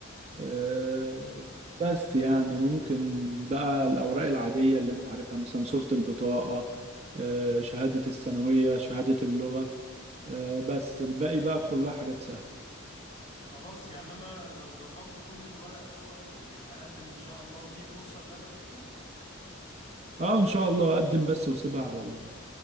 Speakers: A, on the right; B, on the left.
A: آه، بس يعني ممكن بقى الأوراق العادية اللي أنت عارفها مثلا صورة البطاقة آه، شهادة الثانوية شهادة اللغة آه، بس الباقي بقى كلها حاجات سهلة
B: خلاص يعني انا لو ظبطت كل الورق دوت وهقدم ان شاء الله في فرصة ان انا اتقبل
A: اه إن شاء الله أقدم بس وسيبها على الله